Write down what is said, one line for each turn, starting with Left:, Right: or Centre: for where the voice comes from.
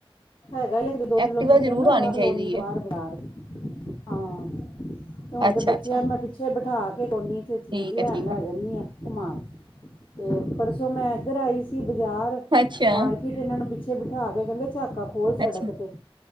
Left: ਹੈਗਾ ਈ ਏਕ-ਦੋ ਕਿਲੋਮੀਟਰ
Right: ਐਕਟਿਵਾ ਜ਼ਰੂਰ
Left: ਨਾ
Right: ਆਣੀ
Left: ਬਾਰ ਕਲੋਨੀ
Right: ਚਾਹੀਦੀ
Left: ਤੋ ਬਾਰ
Right: ਹੈ
Left: ਬਜਾਰ। ਹਾਂ, ਤੇ ਹੋਨ
Right: ਅੱਛਾ
Left: ਤੇ ਬੱਚੇਆ
Right: ਅੱਛਾ
Left: ਨੂੰ ਮੈਂ ਪਿੱਛੇ ਬਠਾ ਕੇ ਕੋਨੀ ਚ
Right: ਠੀਕ
Left: ਚੀਜ ਲੈਨ
Right: ਹੈ ਠੀਕ
Left: ਲੈ
Right: ਹੈ
Left: ਜੱਨੀ ਆ। ਘੁੰਮਾ ਕੇ, ਤੇ ਪਰਸੋ ਮੈਂ ਐਦਰ ਆਈ ਸੀ ਬਜਾਰ
Right: ਅੱਛਾ
Left: ਮਾਰਕ ਕਿੱਟ ਇਣਾ ਨੂੰ ਪਿੱਛੇ ਬਿਠਾ ਕੇ ਕੈਂਦੇ ਚਾਕਾ ਖੋਲ ਸੜਕ
Right: ਅੱਛਾ
Left: ਤੇ।